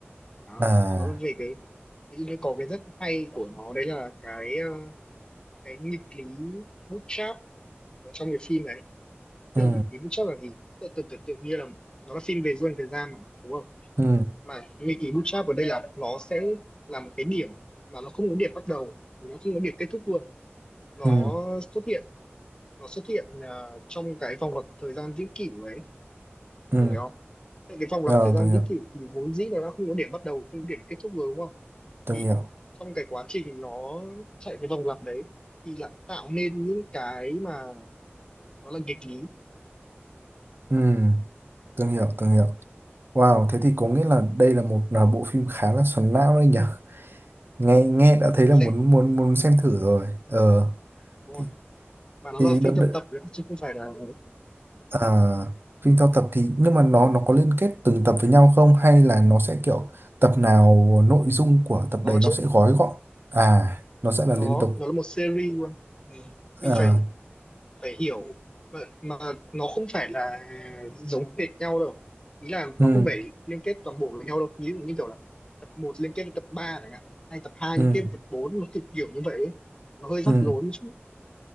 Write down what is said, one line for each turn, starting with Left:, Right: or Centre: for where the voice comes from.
Left: đó
Right: à,
Left: nó là về cái ví dụ như có cái rất hay của nó đấy là cái ờ, cái nghịch lý bootstrap ở trong cái phim này
Right: ừ,
Left: tưởng nghịch ký bootstrap là gì Tượng tự tưởng tưởng tượng như là nó là phim về du hành thời gian mà đúng không
Right: ừ,
Left: mà nghịch ký bootstrap ở đây là nó sẽ là một cái điểm mà nó không có điểm bắt đầu nó không có điểm kết thúc luôn nó
Right: ừ,
Left: xuất hiện nó xuất hiện à, trong cái vòng lặp thời gian vĩnh cửu đấy
Right: ừ.
Left: tôi hiểu không tại cái vòng
Right: Ờ,
Left: lặp thời gian
Right: tôi hiểu,
Left: vĩnh cửu thì vốn dĩ nó đã không có điểm bắt đầu không có điểm kết thúc rồi đúng không
Right: tôi
Left: thì
Right: hiểu.
Left: trong cái quá trình nó chạy cái vòng lặp đấy thì lại tạo nên những cái mà nó là nghịch lý
Right: Ừ, tôi hiểu, tôi hiểu. Wow, thế thì có nghĩa là đây là một là bộ phim khá là xoắn não đấy nhỉ? Nghe nghe đã
Left: ở
Right: thấy là
Left: xem
Right: muốn muốn muốn xem thử rồi. Ờ.
Left: đúng
Right: thì
Left: không? mà nó
Right: thì
Left: là phim
Right: đợt,
Left: tập tập nữa chứ không phải là
Right: À, phim theo tập thì nhưng mà nó nó có liên kết từng tập với nhau không hay là nó sẽ kiểu tập nào nội dung của tập
Left: có
Right: đấy nó
Left: chứ
Right: sẽ gói gọn à nó sẽ là liên
Left: có
Right: tục
Left: nó là một series luôn ừ. mình
Right: à
Left: phải phải hiểu mà, mà nó không phải là giống hệt nhau đâu ý là
Right: ừ
Left: nó không phải liên kết toàn bộ với nhau đâu ví dụ như kiểu là tập một liên kết với tập 3 chẳng hạn hay tập hai
Right: ừ
Left: liên kết với tập bốn nó kiểu kiểu như vậy ấy. nó hơi rắc
Right: ừ
Left: rối một chút